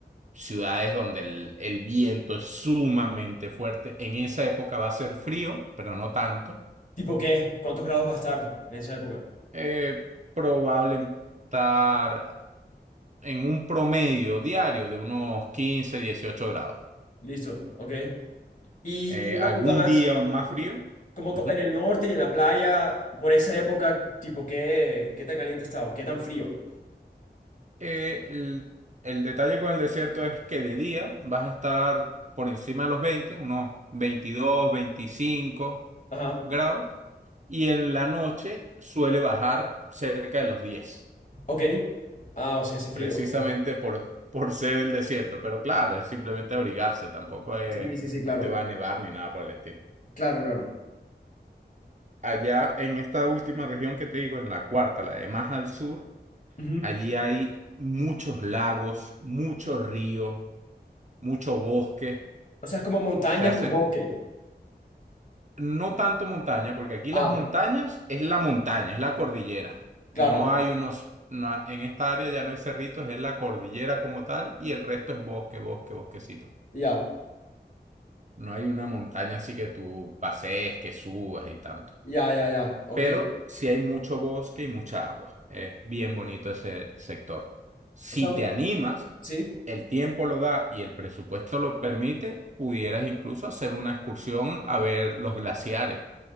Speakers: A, on the right; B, on the left.
A: ciudades donde el, el viento es sumamente fuerte. En esa época va a ser frío, pero no tanto.
B: ¿Tipo qué? ¿Cuántos grados va a estar en esa época?
A: Eh, probablemente estar en un promedio diario de unos 15, 18 grados.
B: Listo. Ok. Y,
A: Eh,
B: y una
A: algún
B: pregunta más.
A: día más frío,
B: Como
A: ujú,
B: co- en el norte y en la playa, por esa época, ¿tipo qué, qué tan caliente estaba? ¿Qué tan frío?
A: Eh, el, el detalle con el desierto es que de día vas a estar por encima de los 20, unos 22, 25
B: Ajá.
A: grados, y en la noche suele bajar cerca de los 10.
B: Ok. Ah, o sea, hace frío.
A: precisamente por, por ser el desierto. Pero claro, es simplemente abrigarse, tampoco es,
B: Sí, sí, sí,
A: no
B: claro.
A: te va a nevar ni nada por el estilo.
B: Claro, claro.
A: Allá en esta última región que te digo, en la cuarta, la de más al sur,
B: Ujú.
A: allí hay muchos lagos, muchos ríos, mucho bosque.
B: O sea, es como montañas
A: Se hace
B: con bosque.
A: no tanto montaña, porque aquí
B: Ah,
A: las montañas es la montaña, es la cordillera.
B: claro.
A: No hay unos, no- ha- en esta área ya no hay cerritos, es la cordillera como tal y el resto es bosque, bosque, bosquecito.
B: Ya.
A: No hay una montaña así que tú pasees, que subas y tanto.
B: Ya, ya, ya. Ok.
A: Pero sí hay mucho bosque y mucha agua. Es bien bonito ese sector. Si
B: O sea,
A: te animas,
B: ¿sí?
A: el tiempo lo da y el presupuesto lo permite, pudieras incluso hacer una excursión a ver los glaciares